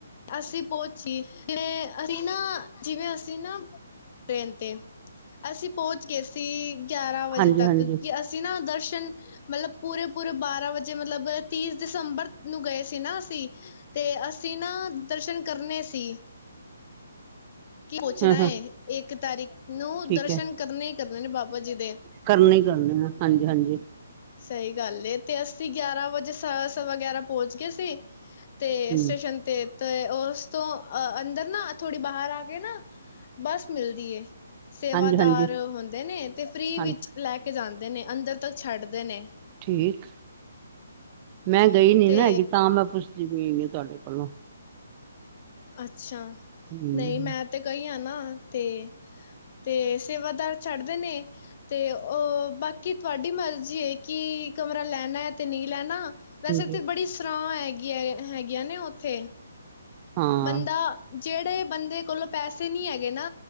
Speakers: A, on the left; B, on the right.
A: ਅਸੀਂ <unintelligible> ਜਿਵੇਂ ਅਸੀਂ ਨਾ, ਜਿਵੇਂ ਅਸੀਂ ਨਾ ਟ੍ਰੇਨ ਤੇ, ਅਸੀਂ ਪਹੁੰਚ ਗਏ ਸੀ ਗਿਆਰਾਂ ਵਜੇ
B: ਹਾਂਜੀ
A: ਤੱਕ।
B: ਹਾਂਜੀ
A: ਕਿ ਅਸੀਂ ਨਾ ਦਰਸ਼ਨ ਮਤਲਬ ਪੂਰੇ-ਪੂਰੇ ਬਾਰਾਂ ਵਜੇ ਮਤਲਬ ਤੀਸ ਦਸੰਬਰ ਨੂੰ ਗਏ ਸੀ ਨਾ ਅਸੀਂ, ਤੇ ਅਸੀਂ ਨਾ ਦਰਸ਼ਨ ਕਰਨੇ ਸੀ। ਕੀ ਪਹੁਚਣਾ
B: ਹਾਂ ਹਾਂ
A: ਏ, ਇੱਕ ਤਾਰੀਖ ਨੂੰ
B: ਠੀਕ
A: ਦਰਸ਼ਨ
B: ਹੈ
A: ਕਰਨੇ ਹੀ ਕਰਨੇ ਨੇ ਬਾਬਾ ਜੀ ਦੇ।
B: ਕਰਨੇ ਹੀ ਕਰਨੇ ਨੇ। ਹਾਂਜੀ-ਹਾਂਜੀ
A: ਸਹੀ ਗੱਲ ਏ, ਤੇ ਅਸ ਗਿਆਰਾਂ ਵਜੇ ਸ ਸਵਾ ਗਿਆਰਾਂ <inaudible> ਗਏ ਸੀ, ਤੇ
B: ਹਮ
A: ਸਟੇਸ਼ਨ ਤੇ ਤੇ ਉਸ ਤੋਂ ਅੰਦਰ ਨਾ, ਥੋੜੀ ਬਾਹਰ ਆ ਕੇ ਨਾ, ਬਸ ਮਿਲਦੀ ਏ ਸੇਵਾਦਾਰ
B: ਹਾਂਜੀ ਹਾਂਜੀ
A: ਹੁੰਦੇ ਨੇ ਤੇ ਫ੍ਰਰੀ
B: ਹਾਂਜੀ
A: ਵਿੱਚ ਲੈ ਕੇ ਜਾਂਦੇ ਦੇ ਨੇ ਅੰਦਰ ਤੱਕ ਛੱਡ ਦੇਨੇ
B: ਏਕ ਮੈਂ ਗਈ ਨੀ
A: ਤੇ
B: ਨਾ ਹੈਗੀ, ਤਾਂ ਮੈਂ ਪੁੱਛ <unintelligible> ਤੁਹਾਡੇ ਕੋਲੋਂ
A: ਅੱਛਾ
B: ਹਮ
A: ਨਹੀਂ ਮੈਂ ਤੇ ਗਈ ਆ ਨਾ, ਤੇ ਤੇ ਸੇਵਾਦਾਰ ਛੱਡਦੇ ਨੇ, ਤੇ ਉਹ ਬਾਕੀ ਤੁਹਾਡੀ ਮਰਜ਼ੀ ਏ ਕਿ ਕਮਰਾ ਲੈਣਾ ਹੈ ਤੇ ਨਹੀਂ ਲੈਣਾ। ਵੈਸੇ
B: ਹਾਂਜੀ
A: ਇੱਥੇ ਬੜੀ ਸਰਾਂ ਹੈ ਗੀਆਂ ਹੈਗੀਆਂ ਨੇ ਉੱਥੇ
B: ਹਾਂ
A: ਬੰਦਾ ਜਿਹੜੇ ਬੰਦੇ ਕੋਲੋਂ ਪੈਸੇ ਨੀ ਹੈਗੇ ਨਾ,